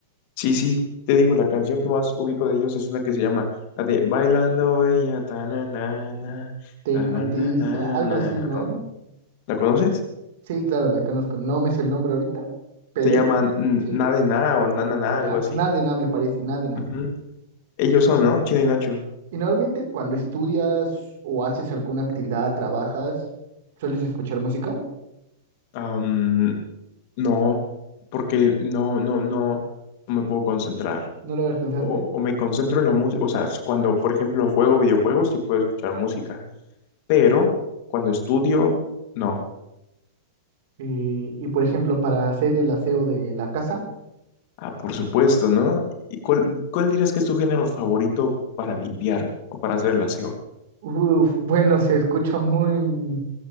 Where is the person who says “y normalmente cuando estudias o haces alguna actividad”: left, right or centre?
Right